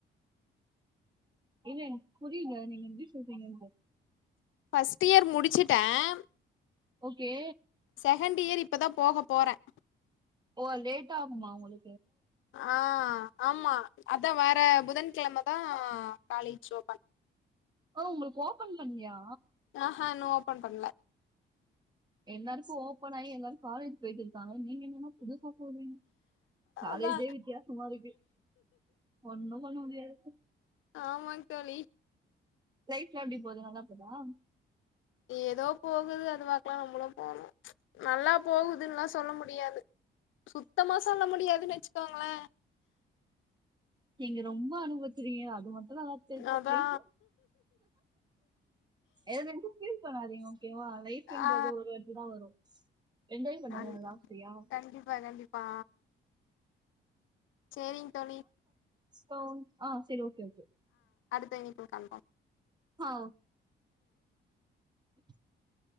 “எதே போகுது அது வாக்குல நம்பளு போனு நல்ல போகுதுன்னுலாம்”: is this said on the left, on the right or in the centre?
Left